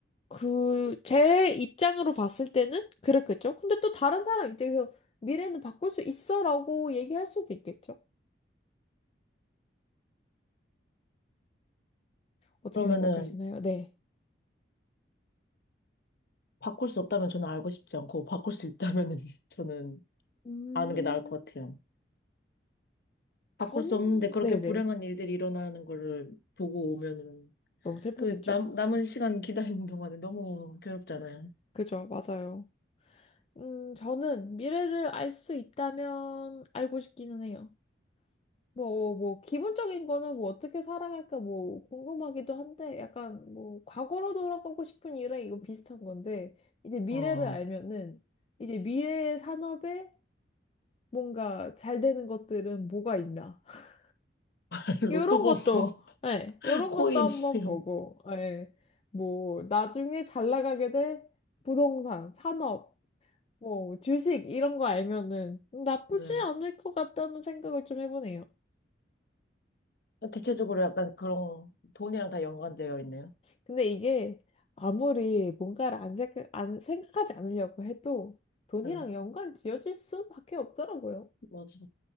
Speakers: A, on the left (about 30°); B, on the left (about 60°).
A: 그, 제 입장으로 봤을 때는 그랬겠죠. 근데 또 다른 사람 입장에서 미래는 바꿀 수 있어라고 얘기할 수도 있겠죠. 어떻게
B: 그러면은
A: 생각하시나요? 네.
B: 바꿀 수 없다면 저는 알고 싶지 않고 바꿀 수 있다면은 <laughs> 저는
A: 음,
B: 아는 게 나을 것 같아요. 바꿀
A: 저는,
B: 수 없는데 그렇게
A: 네네.
B: 불행한 일들이 일어나는 거를 보고 오면은
A: 너무 슬프겠죠?
B: 그 남, 남은 시간 기다리는 동안에 너무 괴롭잖아요.
A: 그죠, 맞아요. 음, 저는 미래를 알 수 있다면 알고 싶기는 해요. 뭐, 뭐, 기본적인 거는 뭐 어떻게 살아갈까 뭐 궁금하기도 한데 약간 뭐 과거로 돌아가고 싶은 이유랑 이건 비슷한 건데 이제 미래를
B: 어,
A: 알면은 이제 미래의 산업에 뭔가 잘 되는 것들은 뭐가 있나. <laughs>
B: <laughs> 로또
A: 요런
B: 번호,
A: 것도, 예,
B: <laughs>
A: 요런
B: 코인
A: 것도 한번
B: 이런
A: 보고, 예, 뭐 나중에 잘 나가게 될 부동산, 산업, 뭐 주식 이런 거 알면은 나쁘지
B: 거.
A: 않을 것 같다는 생각을 좀 해보네요.
B: 대체적으로 약간 그런 돈이랑 다 연관되어 있네요.
A: 근데 이게 아무리 뭔가를 안 생각, 안 생각하지 않으려고 해도 돈이랑
B: 네,
A: 연관 지어질 수밖에 없더라고요.
B: 맞아.